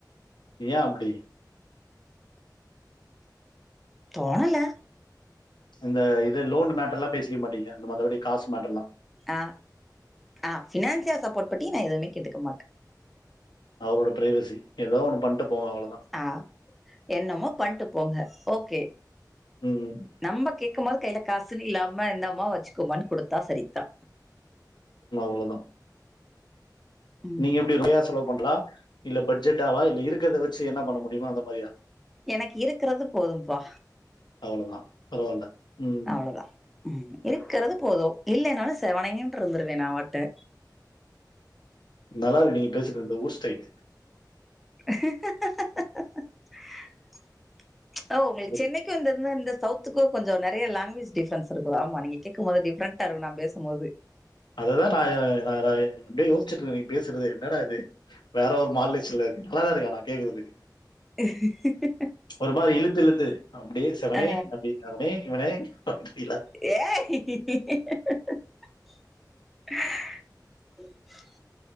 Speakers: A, on the left (about 85°); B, in the centre.
A: யா அப்டி
B: தோணல
A: இந்த இது லோன் மேட்டர்லா பேஸ்வே மாட்டீங்க மத்தபடி காஸா மேட்டர்லா
B: ஆ ஆ ஃபினான்சியல் சப்போட் பட்டி நா எதுமே கேட்டுக்க மாட்
A: அவ்ரோட ப்ரைவசி ஏதோ ஒன்னு பண்ட்டு போங்க அவ்ளதா
B: ஆ என்னமோ பண்ட்டு போங்க ஓகே
A: ம்ம்
B: நம்ப கேக்கும் போது கைல காசுன்னு இல்லாம இந்தம்மா வச்சுக்கோமான் குடுத்தா சரித்தா
A: நவ்ளதா
B: ம்.
A: நீங்க எப்டி ஒயா செலவு பண்றா இல்ல பஜ்ஜெட் ஆவா இல்ல இருக்குற்த வச்சி என்னா பண்ண முடியுமோ அந்த மாரியா
B: எனக் இருக்றது போதும்பா
A: அவ்ளதா பரவால்ல ம்.
B: அவ்ளதா ம் இருக்கற்து போது இல்லேனாலும் செவனைனாட்டு இருந்துருவே நாவாட்டு
A: நல்லாருக்கு நீங்க பேசுறுது ஊர் ஸ்டைல்
B: ஹா ஹா ஹா ஓ உங்ளுக்
A: ஒரு
B: சென்னைக்கு வந்ததுன்னா இந்த சவ்த் த்துக்கோ கொஞ்சோ நறையா லாங்குவேஜ டிஃபன்ஸ் இருக்கலாம் ஆமா நீங்க கேக்கும்போது டிப்ரண்டா இருக்கு நா பேசும்போது
A: அதுதான் நாயாய் நாராய் அப்டே யோஸ்ச்சிட்ருக்கே நீ பேசுற்து என்னடா இது வேற ஒர் மாலேச்சுன்லர் நல்லாதாருக்கு ஆனா கேக்குறுதுக்
B: ஹா ஹா
A: ஒரு மாரி இழுத்து இழுத்து அப்டியே செவனே
B: அ
A: அப்டி அவனே இவனே அப்டிலா
B: ஏய்